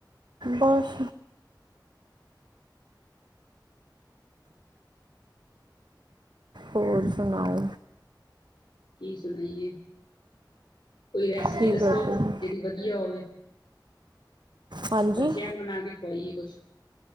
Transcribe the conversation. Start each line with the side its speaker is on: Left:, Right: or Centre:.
Right: ਬਸ ਹੋਰ ਸੁਣਾਓ
Left: ਕੀ ਸੁਣਾਈਏ, ਕੋਈ ਰੈਸਪੀ
Right: ਕੀ
Left: ਦੱਸੋ,
Right: ਕਰਦੇ ਹੋ?
Left: ਜਿਹੜੀ ਵਧੀਆ ਹੋਵੇ
Right: ਹਾਂਜੀ
Left: ਬੱਚਿਆਨ ਬਣਾ ਕੇ ਖੁਆਈਏ ਕੁਛ,